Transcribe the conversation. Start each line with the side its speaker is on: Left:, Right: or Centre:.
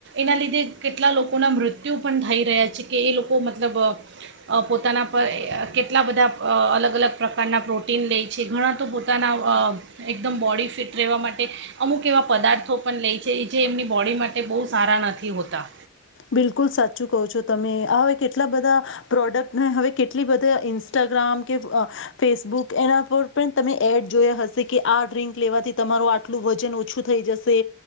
Right: એના લીધે કેટલા લોકોના મૃત્યુ પણ થઈ રહ્યા છે કે એ લોકો. મ લબ પોતાના પર કેટલા બધા અ અલગ અલગ પ્રકારના પ્રોટીન લેય છે ઘણાં તો પોતાના અ એકદમ બોડી ફિટ રહેવા માટે અમુક એવા પદાર્થો પણ લેય છે જે એમની બોડી માટે બહુ સારા નથી હોતા.
Left: બિલકુલ સાચું કહો છો તમે હવે કેટલા બધા પ્રોડક્ટ હવે કેટલી બધા ઇન્સ્ટાગ્રામ કે ફેસબુક એના પર પણ તમે એડ જોયા હશે. કે આ ડ્ર્રીંક લેવાથી તમારું આટલું વજન ઓછ ઓછું થઈ જશે